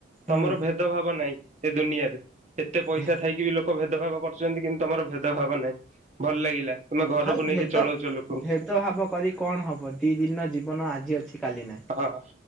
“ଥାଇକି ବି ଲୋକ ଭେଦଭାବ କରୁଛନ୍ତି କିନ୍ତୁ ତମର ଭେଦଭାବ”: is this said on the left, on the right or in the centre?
Right